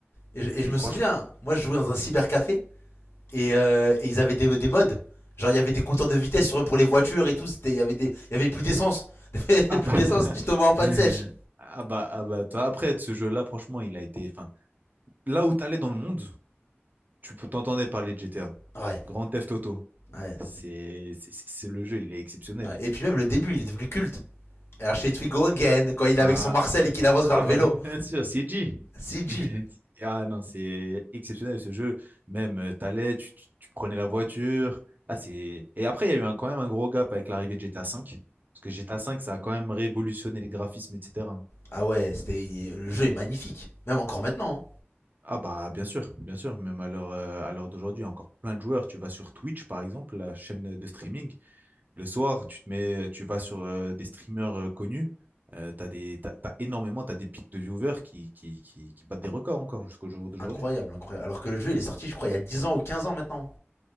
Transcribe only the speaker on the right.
Et
franchement,
ah bah, <laughs>
ah bah, ah bah, toi, après, ce jeu-là, franchement, il a été, enfin, là où t'allais dans le monde, tu peux t'entendre parler de GTA.
Grand Theft Auto.
C'est c'est- c'est le jeu, il est exceptionnel.
Ah,
ah
bah
bien sûr, CG.
<laughs> Ah non, c'est exceptionnel ce jeu. Même, euh, t'allais, tu, tu, tu prenais la voiture. Ah, c'est... Et après, il y a eu un, quand même un gros gap avec l'arrivée de GTA V. Parce que GTA V, ça a quand même révolutionné les graphismes, etc.
Ah bah bien sûr, bien sûr. Même à l'heure, euh, à l'heure d'aujourd'hui, il y a encore plein de joueurs. Tu vas sur Twitch, par exemple, la chaîne de streaming. Le soir, tu te mets, tu vas sur euh, des streamers euh, connus. Euh, t'as des, t'as, t'as énormément, t'as des pics de viewers qui, qui, qui, qui battent des records encore jusqu'au jour d'aujourd'hui.